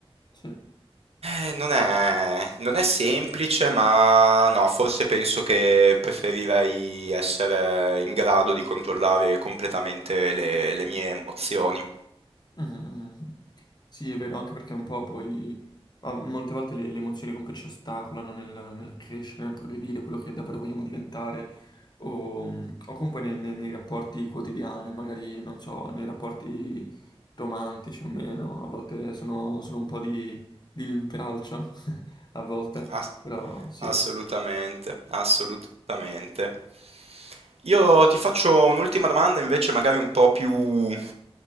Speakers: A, on the left; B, on the right.
A: Sì. Mm,
B: Eh, non è, non è semplice, ma no, forse penso che preferirei essere in grado di controllare completamente le, le mie emozioni.
A: mm. mm. Sì, è vero, anche perché un po' poi ma molte volte le, le emozioni comunque ci ostacolano nel, nel crescere, nel progredire, quello che davvero vogliamo diventare, o, o comunque nei, nei- nei rapporti quotidiani, magari, non so, nei rapporti romantici o meno, a volte sono, sono un po' di, di intralcio, <laughs> a volte,
B: Ass-
A: però sì.
B: assolutamente, assolutamente. Io ti faccio un'ultima domanda invece magari un po' più,